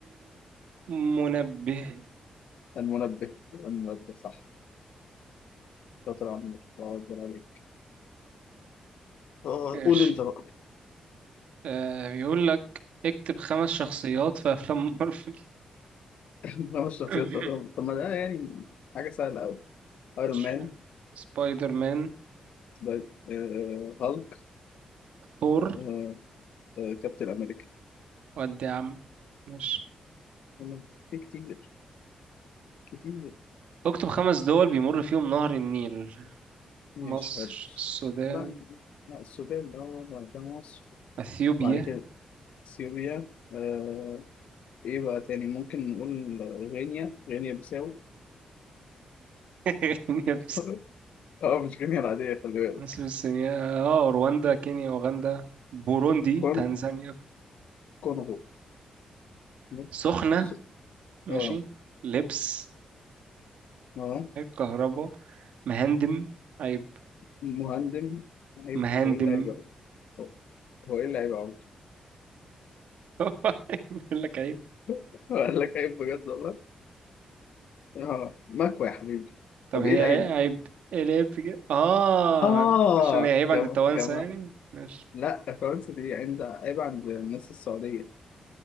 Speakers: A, on the right (about 80°); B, on the left (about 75°).
A: المنبه
B: المنبه المنبه صح شاطر يا عمرو الله أكبر عليك آه
A: ماشي
B: قول أنت بقى
A: آه بيقول لك اكتب خمس شخصيات في افلام مارفل
B: <laughs> خمس شخصيات
A: <laughs>
B: في أفلام طب ما ده يعني حاجة سهلة أوي أيرون
A: مش
B: مان
A: عارف. سبايدر مان
B: سبايد- آه، هالك
A: ثور
B: آه، آه، كابتن أمريكا
A: ودي يا عم ماشي
B: أنا في كتير كتير
A: اكتب خمس دول بيمر فيهم نهر النيل
B: ماشي
A: مصر
B: حلو
A: السودان
B: لا لا السودان ده هو بعد كده مصر
A: اثيوبيا
B: بعد كده سوريا آه، إيه بقى تاني ممكن نقول غينيا غينيا بيساو
A: <laughs> كينيا
B: <laughs> اه مش غنية العادية خلي بالك
A: مصر السنية اه رواندا كينيا أوغندا بوروندي
B: كون
A: تنزانيا
B: كونغو نت-
A: سخنة
B: س-
A: ماشي
B: اه
A: لبس
B: اه
A: كهرباء مهندم عيب
B: مهندم عيب
A: مهندم
B: هو ايه اللي عيب أوي؟ هو هو ايه اللي عيب أوي؟
A: <laughs> بيقول لك عيب
B: <laughs> قال لك عيب بجد والله اه مكوى يا حبيبي
A: طب
B: طب
A: هي
B: ايه العيب؟
A: عي- عيب ايه العيب في كده اه
B: اه
A: عشان هي عيب
B: جماعة
A: عند التوانسة
B: جماعة
A: يعني ماشي
B: لا فرنسا دي عند عيب عند الناس السعودية